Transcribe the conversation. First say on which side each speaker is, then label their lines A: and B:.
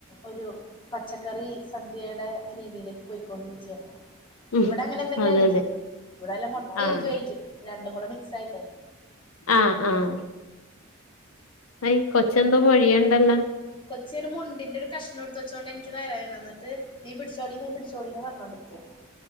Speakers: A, on the left (about 25°); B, on the left (about 90°).
A: ഒരു പച്ചക്കറി സദ്യേടെ രീതിയിലേക്ക് പാെയ്ക്കൊണ്ടിരിക്ക്യാണ്
B: ഉം
A: ഇവടെ അങ്ങനെ എന്തെങ്കിലായ്രിക്കും
B: അതെ അതെ
A: ഇവിടെ വല്ല മാെട്ടേ
B: ആഹ്
A: ഇരിക്ക്യുവായ്രിക്ക്യും രണ്ടും കൂടെ മിക്സായ്ട്ടേ
B: ആഹ് ആഹ് ഹയ് കൊച്ചെന്തോ മൊഴിയ്ൻണ്ടല്ലാ
A: കൊച്ച് ഒര് മുണ്ടിൻ്റെരു കഷ്ണം ഇട്ത്ത്‌വച്ചോണ്ട് എനിയ്ക്ക് തരായ്ര്ന്ന് ന്നെട്ട് നീ പിട്ച്ചോടി നീ പിട്ച്ചോടീന്ന് പർഞ്ഞോണ്ടിരിയ്ക്കാണ്